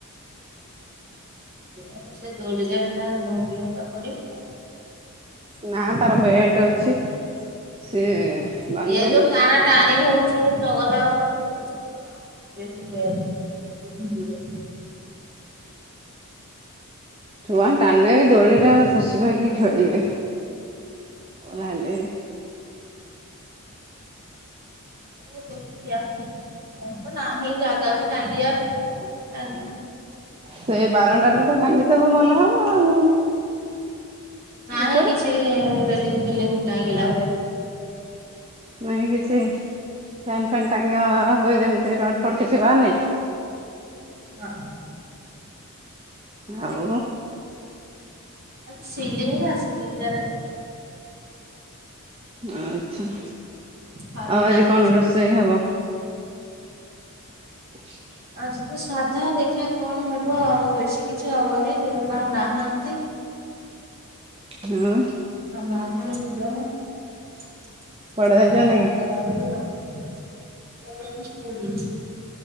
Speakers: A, on the right; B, on the right.
A: ସେ ସେ ଦୋଳିରେ ଏଟା ନୋଉଟି ନୁଉଟା ପଡ଼ିବ।
B: ନା ତାର ବେଲ୍ଟ ଅଛି ସିଏ ବାନ୍ଧିଦବ।
A: ଇଏ ଯଉ ଟାଣା ଟାଣି ହଉ ଚି ଚଗଲା ହଉଚି ଆ ସିଏ ବେଲ୍ଟ <unintelligible> ଭିଡ଼ିବ।
B: ଛୁଆ ଟାଣିନେବି ଦୋଳିର ଖୁସିିପାଇକି ଖେଳିବେ କ ହେଲେବି
A: ହଉ ଦେଖିଆ ମୋରତ ନାହିଁ ଜାଗାବି ଟାଙ୍ଗିବାକୁ କୋଉଠି ଟାଙ୍ଗିବୁ।
B: ସେଇ ବାରଣ୍ଡାରେତ ଟାଙ୍ଗି ଦବ ଭଲ ହବ ଆଉ।
A: ନାହିଁ
B: ଉପରେ
A: କିଛି ରେଲିଙ୍ଗ ଫେଲିଙ୍ଗ ଟାଙ୍ଗିଲା ଭଳିଆ।
B: ନାଇଁ କିଛି ଫ୍ୟାନ୍ ଫ୍ୟାନ୍ ଟାଙ୍ଗି ହୁଏ ଯେମତି ରଡ଼ ଫଡ଼ କିଛି ବାହାରି ନେଇ।
A: ନା।
B: ଆଉ।
A: ଏରାତ ସିଲିଙ୍ଗ ୟୁରା ସିଲିଙ୍ଗ ଉରାରେ କଣ ଟାଙ୍ଗିବ।
B: ଆଚ୍ଛା।
A: ଖାଲି
B: ଆଉ
A: ନାଖିଛି
B: ଆଜି କଣ ରୋଷେଇ ହବ। <inaudible>
A: ଆଜିତ ସାଧା ଦେଖିବା କଣ ହବ ଆଉ ବେଶୀ କିଛି ହବନାହିଁ ସେତ ତାଙ୍କର ନାହାନ୍ତି।
B: ହଁ।
A: <unintelligible>
B: କୁଆଡେ ଯାଇଛନ୍ତି
A: <unintelligible>
B: କି?